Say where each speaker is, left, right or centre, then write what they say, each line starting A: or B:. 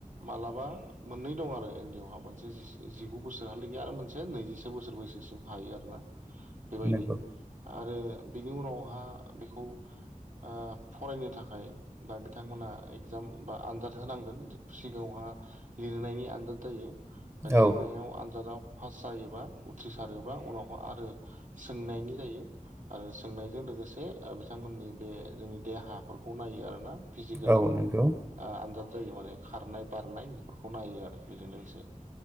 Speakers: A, on the right; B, on the right.
A: मालाबा मोननै दं आरो एनडियावहा मोनसे जिगु बोसोरहालागै आरो मोनसे नैजिसे बोसोर बैसोसिम हायो आरो ना बेबायदि
B: नंगौ
A: आरो बेनि उनावहा बेखौ ओ फरायनो थाखाय बा बिथांमोना एगजाम बा आनजाद होनांगोन सिगाङावहा लिरनायनि आनजाद जायो लिरनायाव
B: औ
A: आनजादाव पास जायोबा उथ्रिसारोबा उनावहा आरो सोंनायनि जायो आरो सोंनायजों लोगोसे ओ बिथांमोननि बे जोंनि देहाफोरखौ नायो आरोना फिजिकेल
B: औ
A: ओ
B: नंगौ
A: आनजाद जायो माने खारनाय बारनाय बेफोरखौ नायो आरो बेजों लोगोसे